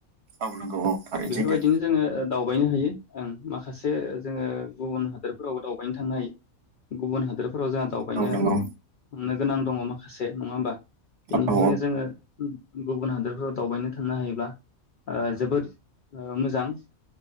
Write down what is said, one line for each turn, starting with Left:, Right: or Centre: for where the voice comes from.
Right: औ नंगौ औ आरो
Left: बेफोरबायदिनो
Right: जेके
Left: जोङो दावबायनो हायो ओं। माखासे जोङो गुबुन हादोरफोरावबो दावबायनो थांनो हायो गुबुन हादोर फोराव जोंहा दावबायनो
Right: औ नंगौ
Left: हमनो गोनां दङ माखासे नङा होमबा? जोङो
Right: औ
Left: उम। गुबुन हादोरफोराव दावबायनो थांनो हायोब्ला ओ जोबोद ओ मोजां।